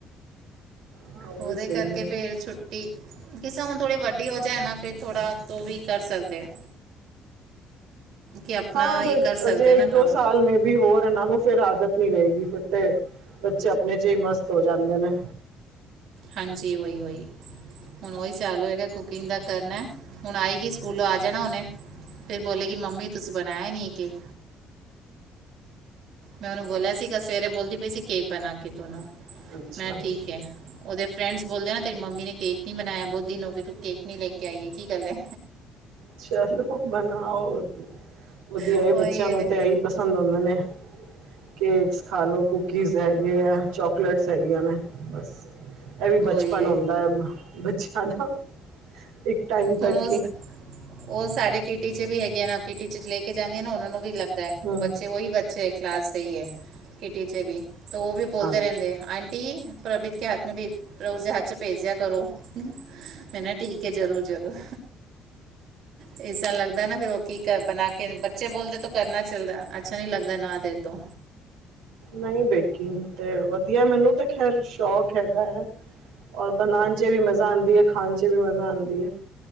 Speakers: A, on the right; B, on the right.
A: ਹਾਂ ਉਹ
B: ਉਹਦੇ
A: ਵੀ ਸਹੀ
B: ਕਰਕੇ
A: ਹੈ
B: ਫਿਰ ਛੁੱਟੀ ਕਿਸੇ ਹੁਣ ਥੋੜ੍ਹੀ ਵੱਡੀ ਹੋ ਜਾਏ ਨਾ ਫਿਰ ਥੋੜ੍ਹਾ ਤੋਂ ਵੀ ਕਰ ਸਕਦੇ ਆ। ਕਿ ਆਪਣਾ
A: ਹਾਂ ਬ
B: ਇਹ ਕਰ ਸਕਦੇ
A: ਅਜੇ
B: ਆ ਨਾ
A: ਇੱਕ ਦੋ
B: ਕੰਮ
A: ਸਾਲ ਮੇ ਵੀ ਹੋਰ ਇਹਨਾਂ ਨੂੰ ਫਿਰ ਆਦਤ ਨਈ ਰਏ ਗੀ ਫਿਰ ਤੇ ਬੱਚੇ ਆਪਣੇ 'ਚ ਹੀ ਮਸਤ ਹੋ ਜਾਂਦੇ ਨੇ।
B: ਹਾਂਜੀ ਵਈ-ਵਈ ਹੁਣ ਓਹੀ ਚਾਲੂ ਹੈਗਾ ਕੁਕਿੰਗ ਦਾ ਕਰਨਾ ਹੁਣ ਆਏਗੀ ਸਕੂਲੋਂ ਆ ਜਾਣਾ ਉਨੇ ਫਿਰ ਬੋਲੇ ਗੀ ਮੰਮੀ ਤੁਸੀਂ ਬਣਾਇਆ ਨਈ ਕੇਕ ਮੈਂ ਉਹਨੂੰ ਬੋਲਿਆ ਸੀਗਾ ਸਵੇਰੇ ਬੋਲਦੀ ਪਈ ਸੀ ਕੇਕ ਬਣਾ ਕੇ ਦੋਨੋ
A: ਅੱਛਾ
B: ਮੈਂ ਠੀਕ ਐ। ਉਹਦੇ ਫਰੈਂਡਸ ਬੋਲਦੇ ਨਾ ਤੇਰੀ ਮੰਮੀ ਨੇ ਕੇਕ ਨੀ ਬਣਾਇਆ ਬੋਤ ਦਿਨ ਹੋ ਕੇ ਤੂੰ ਕੇਕ ਨੀ ਲੈ ਕੇ ਆਈਏ ਕੀ ਗੱਲ ਐ।
A: ਚਲੋ ਬਣਾਓ। ਵਧੀਆ
B: ਉਹੀ
A: ਏ ਬੱਚਿਆਂ
B: ਇਹਦੇ
A: ਨੂੰ ਤੇ ਆਹੀ ਪਸੰਦ ਹੁੰਦੇ ਨੇ ਕੇਕ ਖਾ ਲਓ ਕੂਕੀਜ਼ ਹੈਗੇ ਆ ਚੋਕਲੇਟਸ ਹੈਗੀਆਂ ਨੇ ਬਸ ਇਹ ਵੀ
B: ਉਹੀ
A: ਬਚਪਨ
B: ਉਹੀ
A: ਹੁੰਦਾ ਹੈ ਬੱਚਿਆਂ ਦਾ ਇੱਕ ਟਾਈਮ
B: ਹੁਣ
A: ਤੱਕ
B: ਓ-ਓ
A: ਹੀ
B: ਸਾਡੇ ਕਿਟੀ 'ਚ ਵੀ ਹੈਗੀਆਂ ਨਾ ਕਿਟੀ 'ਚ ਲੈ ਕੇ ਜਾਂਣੀਆਂ ਨਾ ਉਹਨਾਂ ਨੂੰ ਵੀ ਲੱਗਦਾ।
A: ਹਮ
B: ਬੱਚੇ ਉਹੀ ਬੱਚੇ ਕਲਾਸ ਦੇ ਹੀ ਹੈ ਕਿਟੀ 'ਚ ਵੀ ਤੋ ਓ ਵੀ ਬੋਲਦੇ
A: ਹਾਂ
B: ਰੈਂਦੇ। ਆਂਟੀ ਪ੍ਰਭਿਤ ਕੇ ਹੱਥ ਮੇ ਉਸ ਦੇ ਹੱਥ 'ਚ ਭੇਜ ਦਿਆ ਕਰੋ ਮੈਂ ਨਾ ਠੀਕ ਕੇ ਜ਼ਰੂਰ-ਜ਼ਰੂਰ ਇਸ ਤਰ੍ਹਾਂ ਲੱਗਦਾ ਨਾ ਫੇਰ ਓ ਕੀ ਬਣਾ ਕੇ ਬੱਚੇ ਬੋਲਦੇ ਤਾਂ ਕਰਨਾ ਚੱਲਦਾ ਅੱਛਾ ਨੀ ਲੱਗਦਾ ਨਾ ਦੇ ਤੋ
A: ਨਈ ਬੇਕਿੰਗ ਤੇ ਵਧੀਆ ਮੈਨੂੰ ਤੇ ਖੈਰ ਸ਼ੌਕ ਹੈਗਾ। ਔਰ ਬਣਾਣ 'ਚ ਵੀ ਮਜਾ ਆਂਦੀ ਏ ਖਾਣ 'ਚ ਵੀ ਮਜਾ ਆਂਦੀ ਏ।